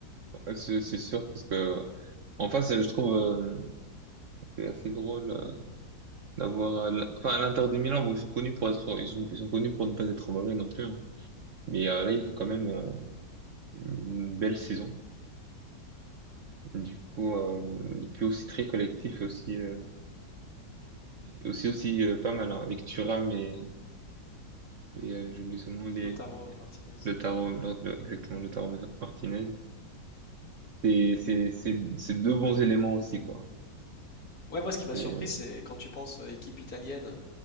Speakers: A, on the right; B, on the left.
A: Ouais, C'est c'est sûr, parce que en face, euh, je trouve euh, c'est assez drôle euh, d'avoir... euh, l'In- enfin, à l'Inter de Milan, bon, ils sont connus pour être... Ils sont, ils sont connus pour ne pas être mauvais non plus. hein. Mais euh, là, ils font quand même euh, une belle saison. Du coup, euh, et puis aussi très collectif, aussi... euh, Et aussi, aussi euh, pas mal hein, avec Thuram et, et euh, j'oublie son nom, les,
B: Lautaro Martinez.
A: le
B: hein.
A: tarot, le- le- exactement, le tarot Martinez. C'est c'est- c'est- c'est deux bons éléments aussi, quoi.
B: Ouais, moi, ce qui m'a
A: C'est
B: surpris, c'est quand tu penses euh, équipe italienne,